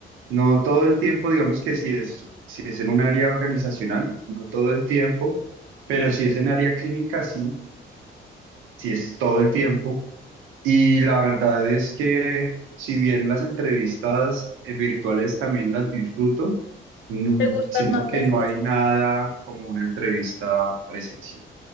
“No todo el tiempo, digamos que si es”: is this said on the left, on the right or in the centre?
Right